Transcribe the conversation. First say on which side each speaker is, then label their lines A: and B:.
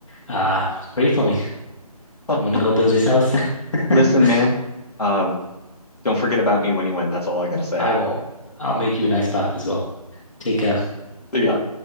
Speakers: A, on the left; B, on the left.
A: uh pray for me.
B: <laughs>
A: I'm gonna go build this house. <laughs>
B: Listen, man, um, don't forget about me when you win. That's all I gotta say.
A: I won't. I'll make you a nice bath as well. Take care.
B: See ya.